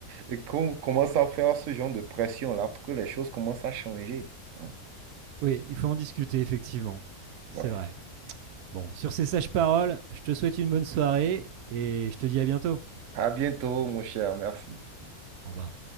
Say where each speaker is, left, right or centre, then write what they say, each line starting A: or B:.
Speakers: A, on the right (about 65°); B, on the right (about 85°).
A: et qu'on commence à faire ce genre de pression-là pour que les choses commencent à changer. hein.
B: Oui, il faut en discuter, effectivement. C'est
A: Ouais.
B: vrai. Bon, sur ces sages paroles, je te souhaite une bonne soirée, et je te dis à bientôt.
A: À bientôt, mon cher. Merci.
B: Au revoir.